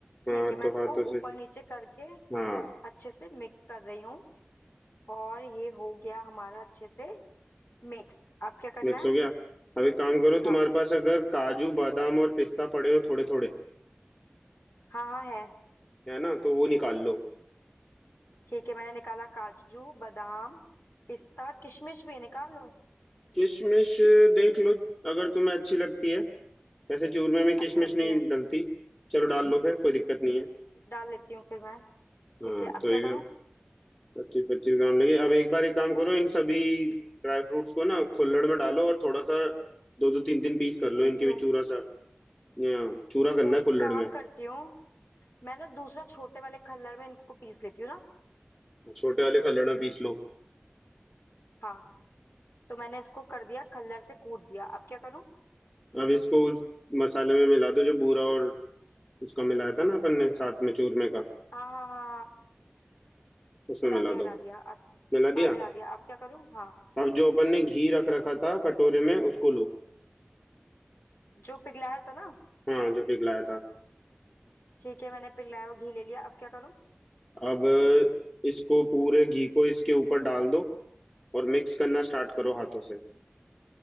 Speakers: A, on the left; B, on the left.
A: हाँ
B: ठीक है मैं
A: तो
B: इसको
A: हाथों
B: ऊपर
A: से
B: नीचे करके
A: हाँ
B: अच्छे से मिक्स कर रही हूँ और ये हो गया हमारा अच्छे से मिक्स अब क्या करना
A: मिक्स
B: है
A: हो गया अब एक काम करो
B: हाँ
A: तुम्हारे पास अगर काजू बादाम और पिस्ता पड़े हो थोड़े थोड़े
B: हाँ हाँ है
A: है ना तो वो निकाल लो
B: ठीक है मैंने निकाला काजू बादाम पिस्ता किशमिश भी है निकाल लो
A: किशमिश देख लो अगर तुम्हें अच्छी लगती है वैसे चूरमे में किशमिश
B: अच्छी लगती
A: नहीं
B: है
A: डलती चलो डाल लो फिर कोई दिक्कत नहीं है
B: डाल लेती हूँ फिर मैं
A: हाँ
B: ठीक है अब
A: तो
B: क्या
A: एक
B: करूँ
A: पच्चीस पच्चीस ग्राम लगे अब एक बार एक काम करो इन सभी ड्राई फ्रूट्स को ना खुल्लड़ में डालो और थोड़ा सा दो दो तीन तीन पीस कर लो
B: पीस
A: इनके
B: लूँ
A: भी चूरा सा या, चूरा करना
B: तो एक
A: है खुल्लड़
B: काम
A: में
B: करती हूँ मैं ना दूसरा छोटे वाले खल्लड़ में इनको पीस लेती हूँ ना
A: छोटे वाले खल्लड़ में पीस लो
B: हाँ तो मैंने इसको कर दिया कलर से कूट दिया अब क्या करूँ
A: अब इसको उस मसाले में मिला दो जो बूरा और उसका मिलाया था ना अपन ने साथ में चूरमे का
B: हाँ हाँ हाँ हाँ
A: उसमें
B: मिला
A: मिला
B: दिया मिला
A: दो
B: दिया अब
A: मिला
B: हाँ
A: दिया
B: मिला दिया अब क्या करूँ हाँ
A: अब जो अपन ने घी रख रखा था कटोरे में उसको लो
B: जो पिघलाया था ना
A: हाँ जो पिघलाया था
B: ठीक है मैंने पिघलाया हुआ घी ले लिया अब क्या करूँ
A: अब इसको पूरे घी को इसके ऊपर डाल दो और मिक्स करना स्टार्ट करो हाथों से